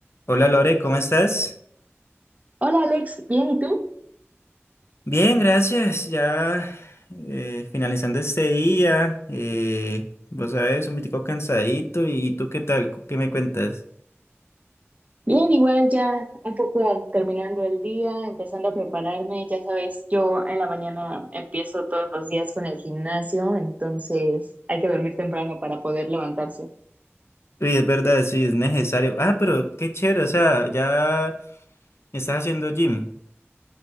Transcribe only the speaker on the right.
Hola Alex, ¿bien y tú?
Bien, igual ya un poco terminando el día, empezando a prepararme. Ya sabes, yo en la mañana empiezo todos los días con el gimnasio, entonces hay que dormir temprano para poder levantarse.